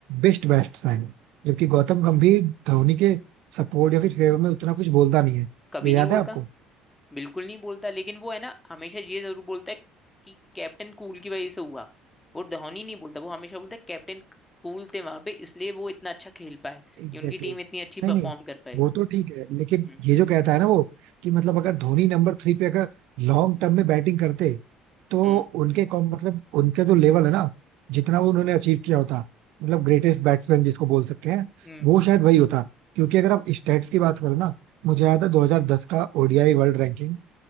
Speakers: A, on the right; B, on the left.
A: best batsman जबकि गौतम गंभीर धोनी के सपोर्ट या फिर फेवर में उतना कुछ बोलता नहीं है
B: कभी
A: ये
B: नहीं
A: याद
B: बोलता
A: है आपको
B: बिल्कुल नहीं बोलता लेकिन वो है ना हमेशा ये जरूर बोलता है कि कैप्टन कूल की वजह से हुआ वो धोनी नहीं बोलता वो हमेशा बोलता है कैप्टन कूल थे वहां पे इसलिए वो इतना अच्छा खेल पाए
A: Exactly
B: ये उनकी टीम
A: exactly.
B: इतनी अच्छी
A: नहीं
B: परफॉर्म
A: नहीं
B: कर पाई
A: वो तो ठीक है लेकिन
B: हम्म
A: ये जो कहता है ना वो कि मतलब अगर धोनी नंबर थ्री पे अगर लॉन्ग टर्म में बैटिंग करते तो
B: हम्म
A: उनके कॉम मतलब उनके जो लेवल है ना जितना वो उन्होंने अचीव किया होता मतलब ग्रेटेस्ट बैट्समैन जिसको बोल सकते हैं
B: हम्म
A: वो शायद वही होता क्योंकि अगर आप स्टैट्स की बात करो ना मुझे याद है 2010 का ओडीआई वर्ल्ड रैंकिंग